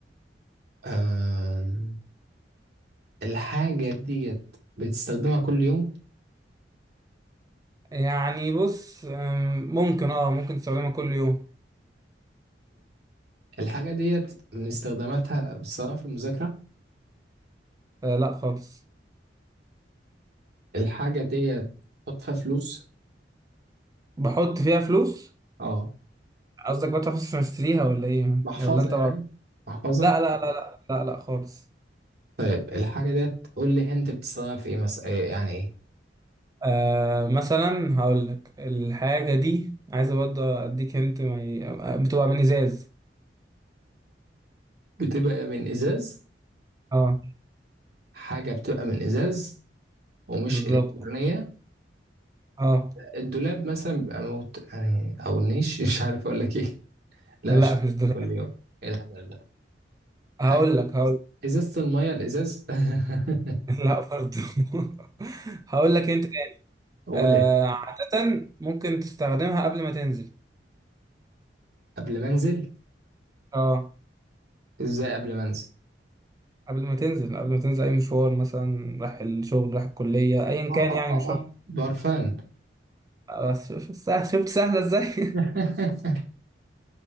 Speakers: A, on the right; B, on the right.
A: آم، الحاجه ديت بتستخدمها كل يوم
B: يعني بص أم، ممكن اه ممكن تستخدمها كل يوم
A: الحاجة ديت من استخداماتها بستخدمها في المذاكرة
B: آه لا خالص
A: الحاجة ديت بحط فيها فلوس
B: بحط فيها فلوس
A: اه
B: قصدك بقى فلوس عشان اشتريها ولا ايه
A: محفظة
B: ولا انت
A: يعني
B: بقى
A: محفظة
B: لا لا لا لا لا لا خالص
A: طيب الحاجة ديت قول لي انت بتستخدمها في ايه مثلا إيه يعني ايه
B: آه مثلا هقول لك الحاجة دي عايز برضه اديك انت ما ي... بتبقى من ازاز
A: بتبقى من ازاز
B: اه
A: حاجة بتبقى من ازاز ومش
B: بالظبط
A: الكترونية
B: اه
A: الدولاب مثلا بيبقى موت يعني او النيش <laughs> مش عارف اقول لك ايه لا
B: لا
A: مش
B: مش دلوقتي
A: كل يوم ايه الهبل ده حاجة
B: هقول لك هقول
A: ازازة المية الازاز <laughs>
B: <laughs> لا برضه <laughs> هقول لك انت تاني
A: قول
B: آه
A: يا- سيدي.
B: عادة ممكن تستخدمها قبل ما تنزل
A: قبل ما انزل
B: اه
A: ازاي قبل ما انزل
B: قبل ما تنزل قبل ما تنزل أي مشوار مثلا رايح الشغل رايح الكلية أيا
A: اه
B: كان
A: اه
B: يعني
A: اه
B: مشوار
A: اه برفان
B: بس شوف- سهل- شفت سهلة إزاي
A: <laughs>